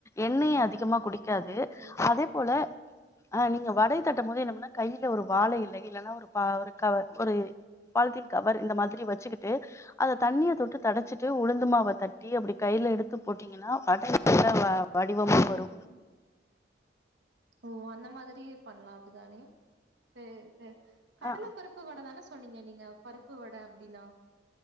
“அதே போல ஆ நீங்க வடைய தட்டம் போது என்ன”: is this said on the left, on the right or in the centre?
Left